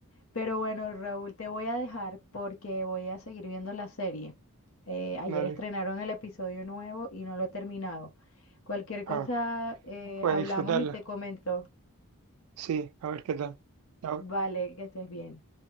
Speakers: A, on the left; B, on the right.
A: Pero bueno, Raúl, te voy a dejar porque voy a seguir viendo la serie. Eh, ayer
B: Dale.
A: estrenaron el episodio nuevo y no lo he terminado. Cualquier cosa,
B: Ah,
A: eh,
B: voy
A: hablamos
B: a disfrutarla.
A: y te comento.
B: Sí, a ver qué tal. Chao.
A: Vale, que estés bien.